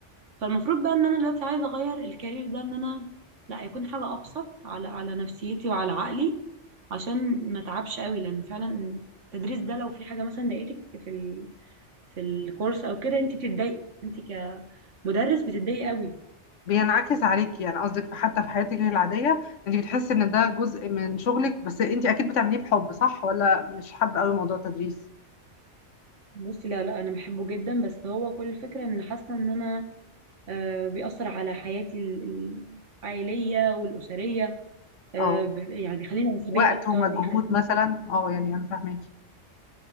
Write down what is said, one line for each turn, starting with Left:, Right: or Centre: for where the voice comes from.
Right: فالمفروض بقى ان انا دلوقتي عايزه اغير الكارير ده ان انا لا يكون حاجه ابسط على على نفسيتي وعلى عقلي عشان ما اتعبش قوي لان فعلا التدريس ده لو في حاجه مثلا ضايقتك في ال... في الكورس او كده انت بتتضايقي انت كمدرس بتتضايقي قوي
Left: بينعكس عليكي يعني قصدك في حتى في حياتك العادية انت بتحسي ان ده جزء من شغلك بس انت اكيد بتعمليه بحب صح ولا مش حابة قوي موضوع التدريس
Right: بصي لا لا انا بحبه جدا بس هو كل الفكره ان حاسه ان انا آه، بيأثر على حياتي ال- العائليه والاسريه آه،
Left: اه
Right: ب- يعني بيخليني عصبيه
Left: وقت
Right: اكتر
Left: ومجهود
Right: بيخليني
Left: مثلا اه يعني انا فاهماكي